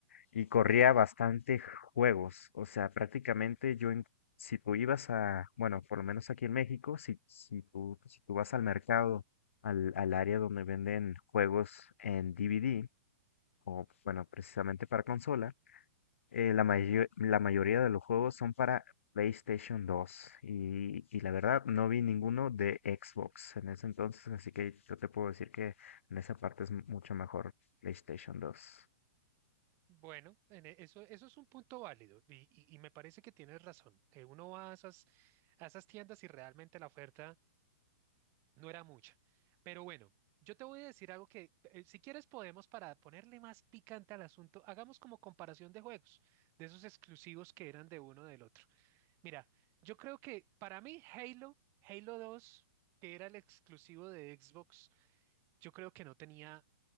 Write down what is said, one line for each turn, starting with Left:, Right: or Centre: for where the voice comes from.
Left: y corría bastante juegos. O sea, prácticamente yo, en- si tú ibas a, bueno, por lo menos aquí en México, si, si tú, si tú vas al mercado, al, al área donde venden juegos en DVD, o, bueno, precisamente para consola, eh, la mayo- la mayoría de los juegos son para PlayStation 2 y, y la verdad no vi ninguno de Xbox en ese entonces, así que yo te puedo decir que en esa parte es mucho mejor PlayStation 2.
Right: Bueno, en e- eso, eso es un punto válido y, y- y me parece que tienes razón. Eh, uno va a esas, a esas tiendas y realmente la oferta No era mucho. Pero bueno, yo te voy a decir algo que, eh, si quieres, podemos, para ponerle más picante al asunto, hagamos como comparación de juegos, de esos exclusivos que eran de uno del otro. Mira, yo creo que para mí Halo, Halo 2, que era el exclusivo de Xbox, yo creo que no tenía,